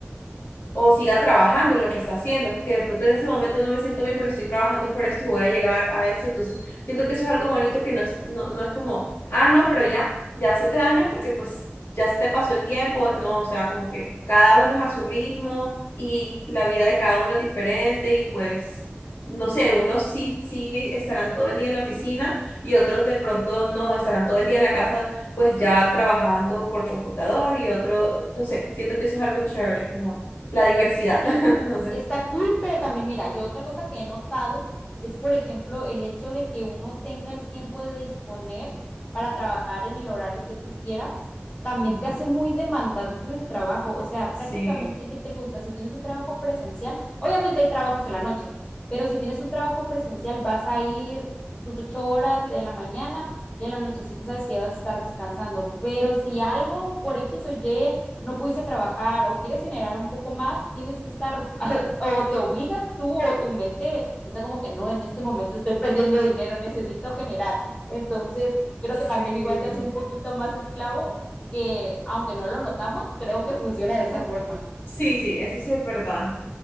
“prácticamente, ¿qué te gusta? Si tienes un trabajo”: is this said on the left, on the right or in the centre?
Left